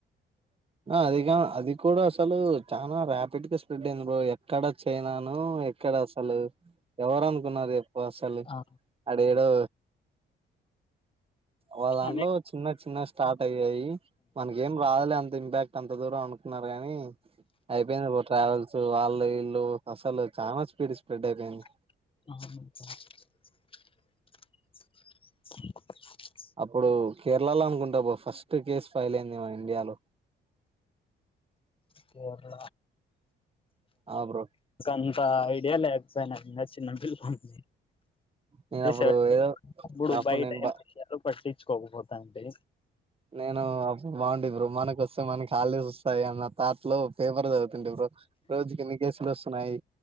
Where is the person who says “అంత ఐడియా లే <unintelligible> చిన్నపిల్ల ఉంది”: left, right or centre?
Left